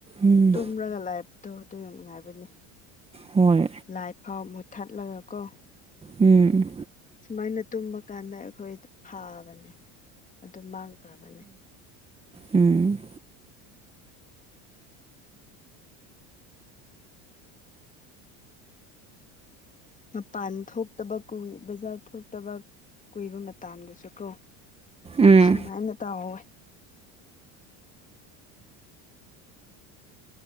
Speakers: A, on the right; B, on the left.
A: ꯎꯝ
B: ꯇꯨꯝꯔꯒ ꯂꯩ ꯑꯗꯣ ꯑꯗꯨꯅ ꯅꯨꯡꯉꯥꯏꯕꯅꯦ
A: ꯍꯣꯏ
B: ꯂꯥꯏꯠ ꯐꯥꯎ ꯃꯨꯠꯊꯠꯂꯒ ꯀꯣ
A: ꯎꯝ
B: ꯁꯨꯃꯥꯏꯅ ꯇꯨꯝꯕ ꯀꯥꯟꯗ ꯑꯩꯈꯣꯏꯗꯤ ꯐꯥꯕꯅꯦ ꯑꯗꯨ ꯃꯥꯡꯈ꯭ꯔꯕꯅꯦ
A: ꯎꯝ
B: ꯃꯄꯥꯟ ꯊꯣꯛꯇꯕ ꯀꯨꯏ ꯕꯖꯥꯔ ꯊꯣꯛꯇꯕ ꯀꯨꯏꯕ ꯃꯇꯝꯗꯁꯨ ꯀꯣ
A: ꯎꯝ
B: ꯁꯨꯃꯥꯏꯅ ꯇꯧ ꯋꯦ